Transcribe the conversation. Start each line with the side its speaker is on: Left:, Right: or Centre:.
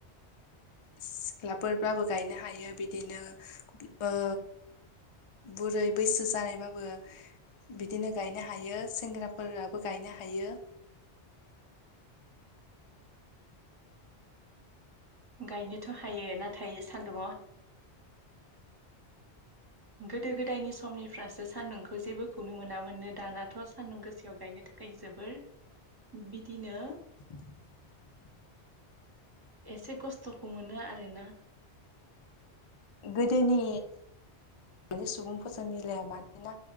Left: सिख्लाफोरबाबो गायनो हायो बिदिनो ओ बुरै बैसो जानायबाबो बिदिनो गायनो हायो सेंग्राफोराबो गायनो हायो।
Right: गायनोथ' हायो ना थाइ सान्दुंआव गोदो गोदायनि समनिफ्रासो सान्दुंखौ जेबो खौनो मोनामोन नो दानाथ' सान्दुं गोसायाव गायनो था गाय जोबोर बिदिनो
Left: <unintelligible>
Right: एसे खस्थ'खौ मोनो आरोना।
Left: गोदोनि दानि सुबुंफोरजों मिलाया मानोना